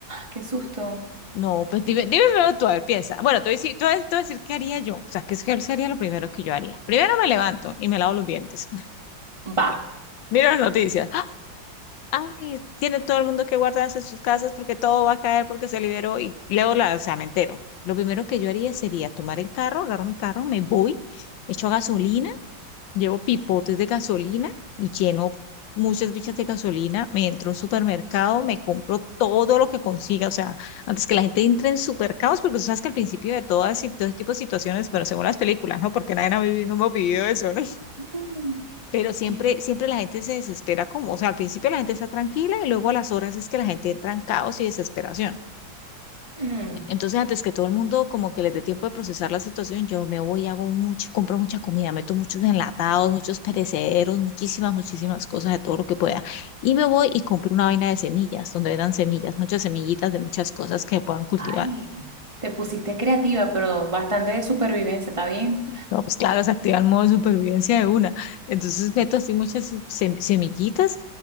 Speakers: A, on the right (about 20°); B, on the left (about 80°).
A: Qué susto.
B: no, pues dime, dime primero tú, a ver, piensa. Bueno, te voy a decir, te voy a- te voy a decir qué haría yo, o sea, qué es- qué sería lo primero que yo haría. Primero me levanto y me lavo los dientes, <laughs>
A: Va.
B: miro las noticias. Ay, tiene todo el mundo que guardarse en sus casas porque todo va a caer porque se liberó y luego la, o sea, me entero. Lo primero que yo haría sería tomar el carro, agarro mi carro, me voy, echo gasolina, llevo pipotes de gasolina y lleno muchas bichas de gasolina, me entro a un supermercado, me compro todo lo que consiga, o sea, antes que la gente entre en supercaos, porque tú sabes que al principio de todas y todo este tipo de situaciones, pero según las películas, ¿no? Porque nadie ha vivido, no hemos vivido eso, ¿no?
A: Mm.
B: pero siempre,
A: Qué
B: siempre la gente se desespera como, o sea, al principio la gente está tranquila y luego a las horas es que la gente entra en caos y desesperación.
A: Mm,
B: Entonces, antes que todo el mundo como que les dé tiempo de procesar la situación, yo me voy, hago mucho, compro mucha comida, meto muchos enlatados, muchos perecederos, muchísimas, muchísimas cosas de todo lo que pueda. Y me voy y compro una vaina de semillas, donde vendan semillas, muchas semillitas de muchas cosas que puedan cultivar.
A: Ay. te pusiste creativa, pero bastante de supervivencia, ¿está bien?
B: No, pues claro, se activa el modo de supervivencia de una. Entonces meto así muchas sem- semillitas